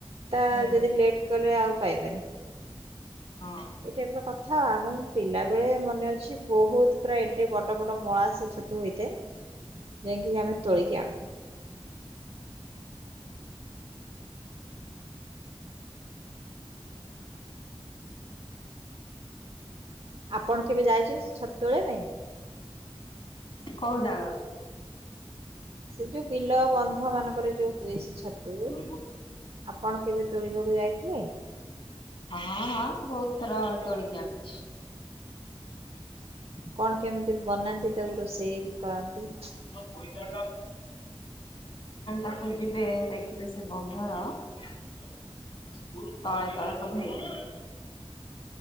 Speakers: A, on the right (about 60°); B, on the left (about 65°).
A: ତା
B: ହୁଁ
A: ଯଦି ଲେଟ୍ କଲେ ଆଉ ପାଇବେନି,
B: ହଁ।
A: ଏ <unintelligible> କଥା ଆମେ ପିଲା ବେଳେ ମନେ ଅଛି ବୋହୁତ ପ୍ରାୟ ଏଡେ ବଡ ବଡ ପୁରା ମଳା ସେ ଛତୁ ହୋଇଥାଏ ଯାଇକି ଆମେ ତୋଳିକି ଆଣୁ।
B: <inaudible>
A: ଆପଣ କେବେ ଯାଇଛନ୍ତି ସେ ଛତୁ ତୋଳିବା ପାଇଁ?
B: କୋଉ <unintelligible>
A: ସେ ଯୋଉ ବିଲ ବନ୍ଧ ମାନଙ୍କର ଯୋଉ ହୁଏ ସେ ଛତୁ,
B: ହଁ
A: ଆପଣ କେବେ ତୋଳିବାକୁ ଯାଇଥିଲେ?
B: ହଁ ହଁ ବୋହୁତ ଥର ତୋଳିକି ଆଣିଚି।
A: କଣ କେମିତି ବନାନ୍ତି
B: ହେଲେ
A: ତାକୁ ରୋଷେଇ କରନ୍ତି।
B: ଆପଣ ତାକୁ ଯିବେ ଦେଖିବେ ସେ ବନ୍ଧର ତଳେ ତଳେ ସବୁ ହେଇଥାଏ।